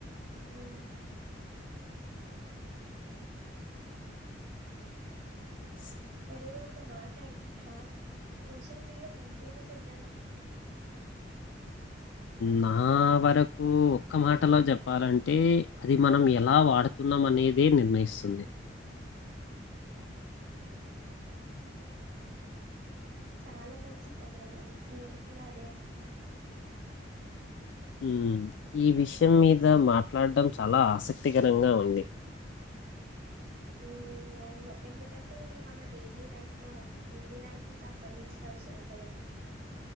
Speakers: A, on the right (about 55°); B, on the left (about 70°).
A: ఉహూ
B: స్
A: అరే ఒక ఒక మాట అడుగుతా సోషల్ మీడియా మంచిదా చెడ్డదా
B: నా వరకు ఒక్క మాటలో చెప్పాలంటే అది మనం ఎలా వాడుతున్నాం అని నేదే నిర్ణయిస్తుంది
A: చాలా మంచి సమాధానం నేను కూడా అదే అనుకుంటున్నాను
B: ఉమ్ ఈ విషయం మీద మాట్లాడడం చాలా ఆసక్తికరంగా ఉంది
A: ఉమ్ అవును ఎందుకంటే ఇది మన డైలీ లైఫ్ లో డైలీ లైఫ్ కి సంబంధించిన విషయం కదా